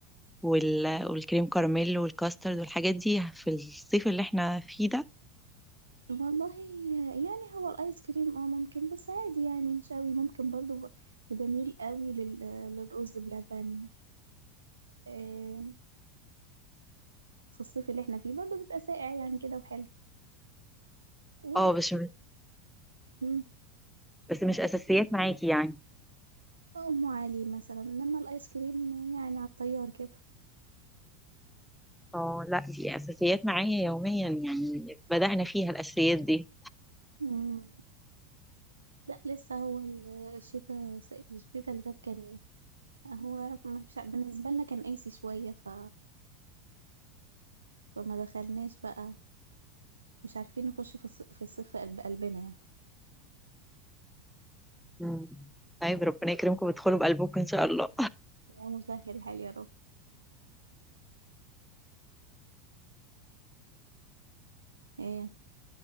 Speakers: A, in the centre; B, on the right (about 80°).
A: وال- والكريم كراميل والكاسترد والحاجات دي في الصيف اللي احنا فيه ده
B: والله يعني هو الآيس كريم آه ممكن، بس عادي يعني مش أوي، ممكن برضه ب باميل أوي لل للرُز بلبن آآ في الصيف اللي إحنا فيه برضه بيبقى ساقع يعني كده وحلو و
A: اه بس
B: إمم،
A: بس مش اساسيات معاكي يعني
B: أم علي مثلًا، إنّما الآيس كريم يعني على الطيّار كده.
A: اه لا دي اساسيات معايا يوميا يعني بدأنا فيها الاساسيات دي
B: إمم. لا لسه هو ال- الشتاء الشتاء اللي فات كان هو مش ع- بالنسبة لنا كان قاسي شوية ف... فما دخلناش بقى مش عارفين نخش في الص- في الصيف في قلب قلبنا يعني
A: مم. طيب ربنا يكرمكم وتدخلوا بقلبكم ان شاء الله
B: يا مسهل الحال يا رب ايه